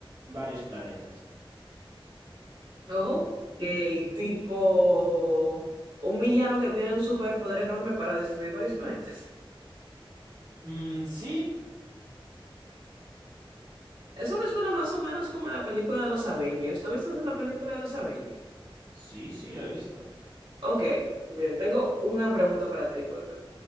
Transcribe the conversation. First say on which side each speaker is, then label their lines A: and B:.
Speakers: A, on the right; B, on the right.
A: varios planetas.
B: Ok, tipo un villano que tiene un superpoder enorme para destruir varios planetas.
A: Mm, sí,
B: Eso me suena más o menos como la película de los Avengers. ¿Tú has visto la película de los Avengers?
A: sí, sí, lo he visto.
B: Ok, bien, tengo una pregunta para ti, Wilmer.